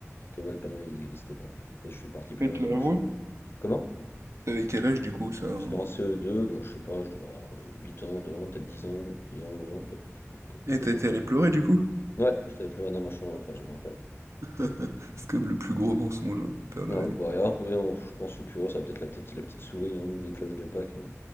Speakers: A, on the left; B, on the right.
A: Que ouais, le panneau il n'existait pas. Et je suis parti pleurer
B: Je te
A: dans
B: l'avoue.
A: ma chambre. Comment?
B: T'avais quel âge du coup, ça? hein
A: C'était en CE2, donc je sais pas, je devais avoir, heu, 8 ans, 9 ans, peut-être 10 ans, 10 ans, 11 ans, peut-être quelque quelque
B: Eh,
A: chose
B: t'as
A: comme
B: été
A: ça.
B: allé pleurer du coup?
A: Ouais, j'étais allé pleurer dans ma chambre après, je me rappelle.
B: <laughs> C'est comme le plus gros mensonge, hein, Père
A: Ah
B: Noël.
A: oui, bah, alors, oui, non, je pense le plus gros, ça va peut-être la petite la petite souris, hein, ou les cloches de Pâques, hein.